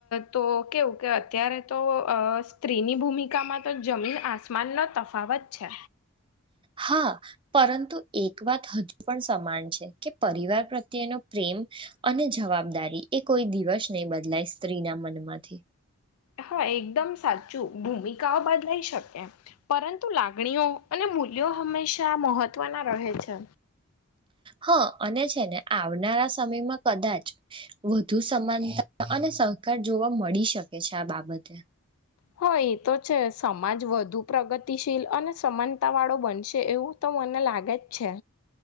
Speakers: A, on the left (about 75°); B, on the right (about 20°).
A: તો કેવું કે અત્યારે તો સ્ત્રીની ભૂમિકામાં તો જમીન આસમાનનોો તફાવત છે
B: હા પરંતુ એક વાત હજુ પણ સમાન છે કે પરિવાર પ્રત્યેનો પ્રેમ અને જવાબદારી એ કોઈ દિવસ નહી બદલાય સ્ત્રીના મનમાંથી
A: હા એકદમ સાચું ભૂમિકાઓ બદલાઈ શકે પરંતુ લાગણીઓ અને મૂલ્યો હંમેશા મહત્વની રહે છે
B: હા અને છે ને આવનારા સમયમાં કદાચ વધુ સમાનતા અને સરકાર જોવા મળી શકે છે આ બાબતે
A: હ એ તો છે સમાજ વધુ પ્રગતિશીલ અને સમાન તા વાળો બનશે એવું તો મને લાગે જ છે